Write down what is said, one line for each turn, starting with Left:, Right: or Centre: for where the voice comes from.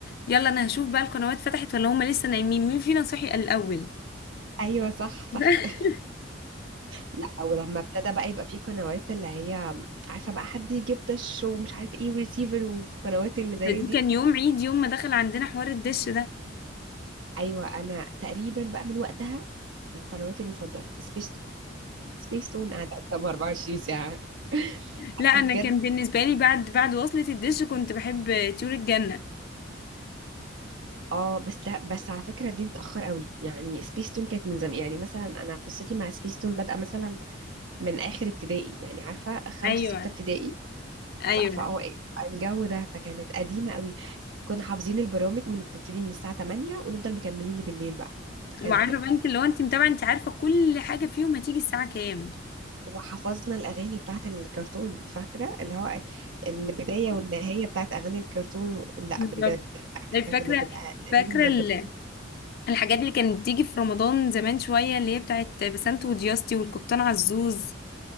Left: يلا انا هشوف بقى القنوات فتحت ولا هم لسه نايمين مين فينا صحي الاول
Right: أيوه صح
Left: <laughs>
Right: صح <laughs> لا ولما ابتدى بقى يبقى فيه قنوات اللي هي عارفة بقى حد يجيب دش ومش عارف ايه وريسيفر والقنوات اللي زي
Left: ده دي
Right: دي
Left: كان يوم عيد يوم ما دخل عندنا حوار الدش ده
Right: ايوه انا تقريبا بقى من وقتها وقنواتي المفضلة سبيس تون سبيس تون قاعدة قدام 24 ساعة عارفة
Left: لا انا
Right: بجد
Left: كان بالنسبه لي بعد بعد وصلة الدش كنت بحب طيور الجنه
Right: اه بس ده بس على فكرة دي متأخر قوي يعني سبيس تون كانت من زمان يعني مثلا انا قصتي مع سبيس تون بادئة مثلا من اخر ابتدائي يعني عارفة خمسة
Left: ايوه
Right: ستة ابتدائي
Left: ايوه
Right: ف- فهو إيه، الجو ده فكانت قديمة قوي كنا حافظين البرامج من بتبتدي من الساعة 8 ونفضل مكملين لبالليل بقى فكان
Left: وعارفه بقى انت اللي هو انت متابعه انت عارفه كل حاجه فيهم هتيجي الساعه كام
Right: وحفظنا الأغاني بتاعت الكرتون فاكرة اللي هو البداية والنهاية بتاعت أغاني الكرتون لا
Left: بالظبط
Right: بجد
Left: طيب
Right: احنا
Left: فاكره
Right: كنا بنبقى تقريبا
Left: فاكره
Right: مظبطين
Left: ال- الحاجات اللي كانت بتيجي في رمضان زمان شويه اللي هي بتاعت بسنت ودياستي والقبطان عزوز